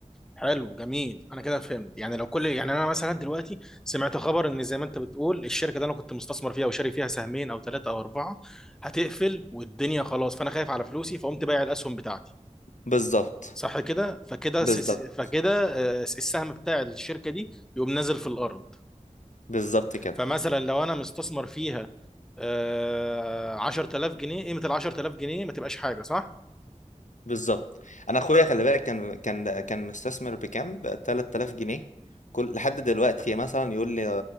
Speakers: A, in the centre; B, on the left.
A: حلو جميل انا كده فهمت يعني لو كل يعني انا مثلا دلوقتي سمعت خبر ان زي ما انت بتقول الشركه اللي انا كنت مستثمر فيها وشاري فيها سهمين او ثلاثه او اربعه هتقفل والدنيا خلاص فانا خايف على فلوسي فقمت بايع الاسهم بتاعتي
B: بالظبط
A: صح كده فكده
B: بالظبط
A: س- س- فكده آه، السهم بتاع الشركه دي يقوم نازل في الارض
B: بالظبط كده
A: فمثلا لو انا مستثمر فيها آه، 10000 جنيه قيمه ال 10000 جنيه ما تبقاش حاجه صح
B: بالظبط انا اخويا خلي بالك كان كان كان مستثمر بكام ب 3000 جنيه كل لحد دلوقتي مثلا يقول لي